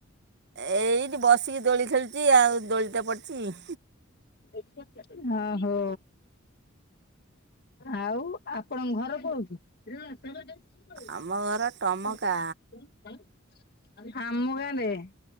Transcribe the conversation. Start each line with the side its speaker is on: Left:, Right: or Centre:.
Right: ଏଇଠି ବସିକି ଦୋଳି ଖେଳୁଚି ଆଉ ଦୋଳିତ ପଡିଚି।
Left: <unintelligible> ଆହୋ। ଆଉ ଆପଣଙ୍କ ଘର କୋଉଠି। <unintelligible>
Right: ଆମ ଘର ଟମକା
Left: <unintelligible> ଆମ <unintelligible>